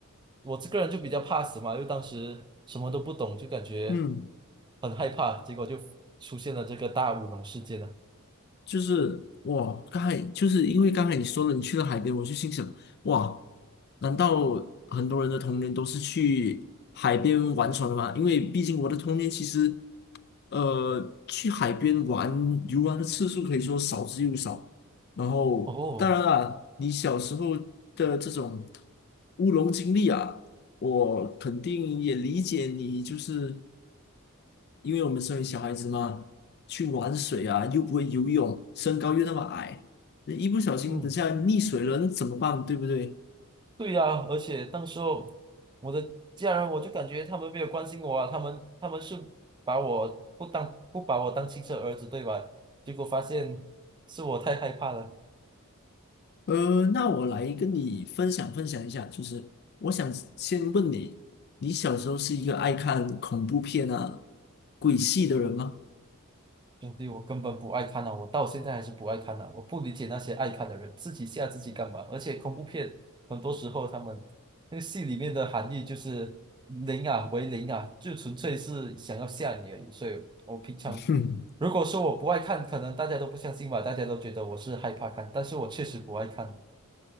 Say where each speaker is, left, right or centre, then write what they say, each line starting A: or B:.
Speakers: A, on the right; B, on the left.
A: 我这个人就比较怕死嘛，因为当时什么都不懂，就感觉
B: 嗯。
A: 很害怕，结果就出现了这个大乌龙事件了。
B: 就是哇，刚才就是因为刚才你说了你去了海边，我就心想，哇，难道很多人的童年都是去海边玩耍的吗？因为毕竟我的童年其实呃，去海边玩游玩的次数可以说少之又少。然后，
A: 哦，
B: 当然啦，你小时候的这种乌龙经历啊，我肯定也理解你，就是因为我们身为小孩子嘛，去玩水啊，又不会游泳，身高又那么矮，一不小心等下溺水了，
A: 嗯。
B: 那怎么办？对不对？
A: 对呀，而且当时候我的家人，我就感觉他们没有关心我啊，他们他们是把我不当不把我当亲生儿子，对吧？结果发现是我太害怕了。
B: 呃，那我来跟你分享分享一下，就是我想先问你，你小时候是一个爱看恐怖片啊、鬼戏的人吗？
A: 兄弟，我根本不爱看呐，我到现在还是不爱看呐。我不理解那些爱看的人，自己吓自己干嘛？而且恐怖片很多时候他们那个戏里面的含义就是零啊为零啊，就纯粹是想要吓你而已。所以我平常
B: <laughs> 哼，
A: 如果说我不爱看，可能大家都不相信吧，大家都觉得我是害怕看，但是我确实不爱看，